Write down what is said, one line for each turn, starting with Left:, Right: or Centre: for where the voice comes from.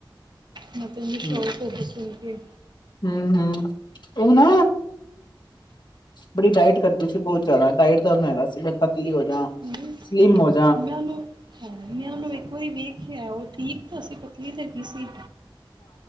Right: ਮੈ ਤੇ ਏਨੀ ਸ਼ੌਕ
Left: ਹਮ
Right: ਹੋਗੀ ਸੀ ਏਹ
Left: ਹਮ ਹਮ ਉਹ ਨਾ ਬੜੀ ਡਾਇਟ ਕਰਦੀ ਸੀ ਬਹੁਤ ਜ਼ਿਆਦਾ ਡਾਇਟ ਦਾ ਉਹਨੂੰ ਹੈਗਾ ਸੀ ਮੈ ਪਤਲੀ ਹੋ ਜਾ
Right: ਹਮ,
Left: ਸਲਿਮ ਹੋ ਜਾ
Right: ਮੈਂ ਉਹਨੂੰ ਹੈ ਮੈਂ ਉਹਨੂੰ ਇੱਕ ਵਾਰੀ ਵੇਖਿਆ ਉੱਥੇ ਠੀਕ ਤਾਂ ਸੀ ਪਤਲੀ ਤੇ ਹੈਗੀ ਸੀ